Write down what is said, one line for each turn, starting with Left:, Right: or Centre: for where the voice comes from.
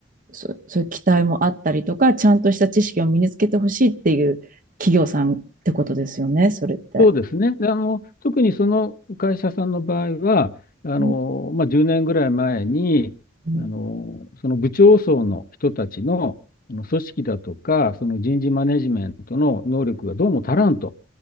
Right: そ、そういう期待もあったりとか、ちゃんとした知識を身につけてほしいっていう企業さんってことですよね、それって。
Left: そうですね。であの、特にその会社さんの場合は、あの、
Right: うん
Left: まあ、10年ぐらい前に、
Right: うん
Left: あの、その部長層の人たちの、あの組織だとか、その人事マネジメントの能力がどうも足らんと。